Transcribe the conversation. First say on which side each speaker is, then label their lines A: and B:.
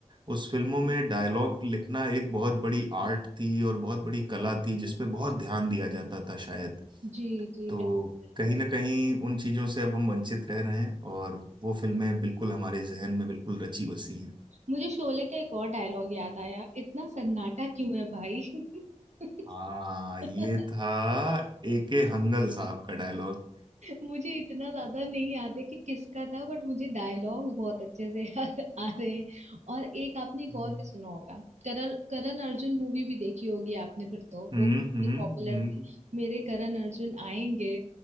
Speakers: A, on the right; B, on the right.
A: उस फिल्मों में डायलॉग लिखना एक बहुत बड़ी आर्ट थी और बहुत बड़ी कला थी जिसपे बहुत ध्यान दिया जाता था शायद
B: जी जी
A: तो
B: बिल्कुल
A: कहीं ना कहीं उन चीजों से अब हम वंचित रह रहे हैं और वो फिल्में बिल्कुल हमारे जहन में बिल्कुल रची बसी हैं
B: मुझे शोले का एक और डायलॉग याद आया इतना सन्नाटा क्यों है भाई <laughs>
A: हाँ ये था ए के हंगल साहब का डायलॉग
B: मुझे इतना ज्यादा नहीं याद है कि किसका था बट मुझे डायलॉग्स बहुत अच्छे से <laughs> याद आ रहे हैं और एक आपने एक
A: हम्म
B: और भी सुना होगा करण करण अर्जुन मूवी भी देखी होगी आपने फिर तो
A: हम्म
B: वो
A: हम्म
B: पॉपुलर थी मेरे करण अर्जुन आएंगे